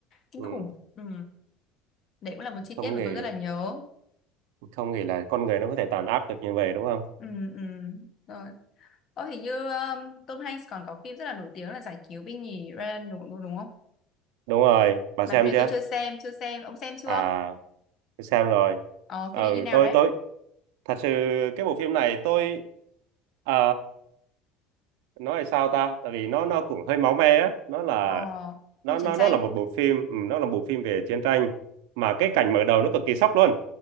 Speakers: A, on the left; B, on the right.
A: kinh
B: ừ.
A: khủng ừ. đấy cũng là một chi
B: không
A: tiết mà
B: nghĩ
A: tôi rất là nhớ
B: không nghĩ là con người nó có thể tàn áp được như vậy đúng không
A: ừ, ừ. Rồi Ờ, hình như um, Tom Hanks còn có phim rất là nổi tiếng là Giải cứu binh nhì Ryan đúng, đúng, đúng không?
B: đúng rồi bà
A: Mà
B: xem
A: phim này
B: chưa
A: tôi chưa xem, chưa xem. Ông xem chưa?
B: à tôi xem rồi
A: Ờ,
B: ừ
A: phim này như nào
B: tôi
A: đấy?
B: tôi thật sự cái bộ phim này tôi ờ, nói là sao ta tại vì nó nó cũng hơi máu me á nó là
A: Ờ,
B: nó
A: phim chiến
B: nó
A: tranh.
B: nó là một bộ phim ừ, nó là một bộ phim về chiến tranh mà cái cảnh mở đầu nó cực kỳ sốc luôn